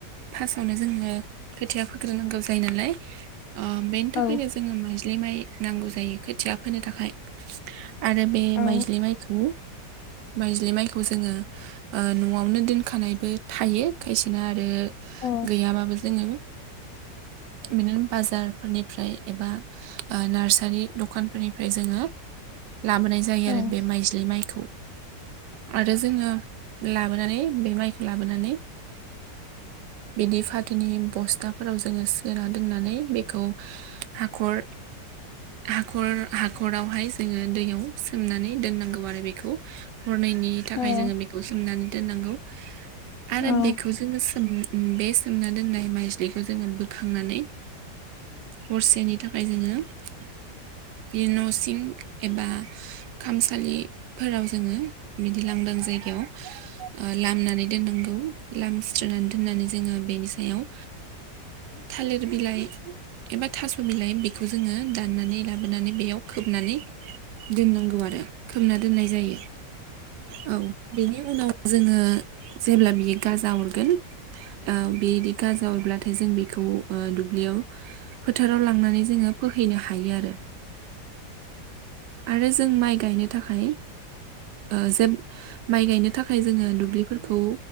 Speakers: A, on the right; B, on the left.
A: फार्स्टआवनो जोङो खोथाया फोग्रोनांगौ जायो नालाय बेनि
B: औ
A: थाखायनो जोङो माइज्लि ग्लि माइ नांगौ जायो खोथिया फोनो थाखाय। आरो बे
B: औ
A: माइज्लि माइखौ माइज्लि माइखौ जोङो न'आवनो दोनखानायबो थायो खायसेना आरो
B: औ
A: गैयाबाबो जोङो बिदि बाजारफोरनिफ्राय एबा नार्सारि दखानफोरनिफ्राय जोङो
B: <inaudible>
A: लाबोनाय जायो
B: औ
A: आरो बे माइज्लि माइ
B: <inaudible>
A: आरो जोङो लाबोनानै बे माइखौ लाबोनानै बिदि फाथोनि बस्थाफोराव जोङो सोना दोननानै बेखौ हाखर। हाखर हाखरावहाय जोङो दैयाव सोमनानै दोननांगौ आरो बेखौ हरनायनि थाखाय
B: औ
A: जोङो बेखौ सोमनानै दोननांगौ आरो
B: औ
A: बेखौ जोङो सोम बे सोमना दोननाय माइज्लिखौ जोङो बोखांनानै हरसेनि थाखाय। ओमफ्राय जोङो बि न'सिं एबा खामसालिफोराव जोङो बिदि लांदों। जायगायाव लामनानै दोननांगौ लाम सथ्रानै दोननानै जोङो बेनि सायाव
B: <inaudible>
A: थालिर बिलाइ एबा थास' बिलाइ बेखौ जोङो दाननानै लाबो। मबोनानै बेयाव खोबनानै दोननांगौ आरो खोबना दोननाय जायो औ बेनि उनाव जोङो जेब्ला बियो गाजा अरगोन ओ बेदि गाजा अरब्लाथाय जों बेखौ खौ दुब्लियाव फोथाराव लांनानै जोङो फोहैनो हायो आरो आरो जों माइ गायनो थाखाय अ जे माइ गायनो थाखाय जोङो दुब्लिफोरखौ